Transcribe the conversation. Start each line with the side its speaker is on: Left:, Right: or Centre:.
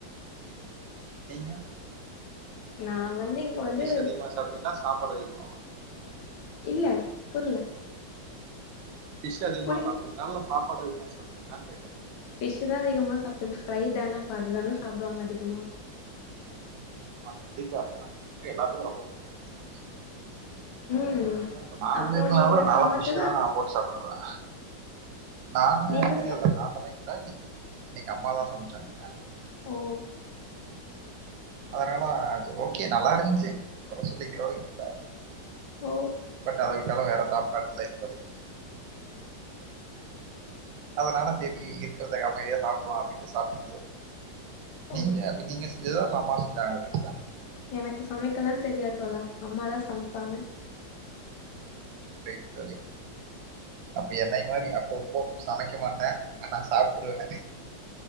Right: நீங்க
Left: நா வந்து இங்க வந்து
Right: ஃபிஷ் அதிகமா சாப்டிங்ளா சாப்பாடு அதிகமாவா
Left: இல்ல புர்ல
Right: பி்ஷ் அதிகமா
Left: புரி
Right: சாப்டிங்களா இல்ல சாப் சாப்பாடு அதிகமா சாப்டிங்களானு கேக்குறே
Left: ஃபிஷ் தான் அதிகமா சாப்ட்டது ஃப்ரை தான அப்ப அதுதான சாப்டுவாங்க அதிகமா
Right: ஆ கண்டிப்பா ஏன்னா ஃபிஷ் ஃப்ரை எல்லாத்துக்கு ரொம்ப புடிக்கு
Left: ம்
Right: ஏன்ப்பா நானாவே
Left: அப்றோ
Right: இருந்தாலு
Left: நீங்க
Right: நான்லா
Left: சமச்சதா
Right: பிஷ்தா போட்டு சாப்டுவே நானு
Left: நீங்க
Right: இல்ல
Left: ச
Right: இல்ல நா சமைக்க <unintelligible> இன்னைக்கி அம்மாதா சமச்சாங்க
Left: ஓ
Right: அதனால செரி ஓக்கே நல்லா இருந்துச்சு கொற சொல்லிக்கிற அளவுக்கு இல்ல
Left: ஓ
Right: பட் அதவிட்டாலு வேற நா பண்ல இப்போதைக்கு அதனால சேரி இருக்கிறத அமைதியா சாப்ட்ரால அப்படின்ட்டு சாப்ட்ரது
Left: ஓ
Right: நீங்க <unintelligible> இததா எங்க அம்மா செஞ்சாங்க வீட்ல
Left: எனக்கு சமைக்கலா தெரியாது தோழா அம்மாதா சமப்பாங்க
Right: ரைட் தோழை அப்ப என்னைய மாரி அப்பப்போ சமைக்கமாட்டே ஆனா சாப்பிட்டுருவே